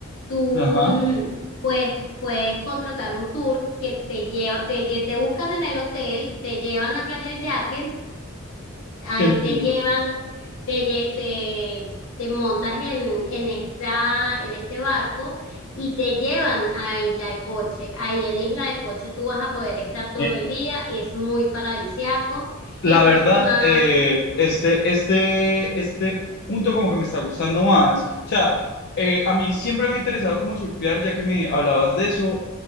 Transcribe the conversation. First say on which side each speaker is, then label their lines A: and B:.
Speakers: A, on the left; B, on the left.
A: tú
B: Ajá,
A: mm, pues puedes contratar un tour que te lleva, te, lle- te buscan en el hotel, te llevan a Playa El Yaque, ahí
B: te entiendo.
A: te llevan, te, lle- te, te montas en, en esta, en este barco y te llevan a Isla de Coche. Ahí en Isla de Coche tú vas a poder estar todo
B: Eh,
A: el día, es muy paradisiaco y
B: La
A: aproxima
B: verdad, eh, este, este, este punto como que me está gustando más. O sea, eh, a mí siempre me ha interesado como surfear, ya que me hablabas de eso,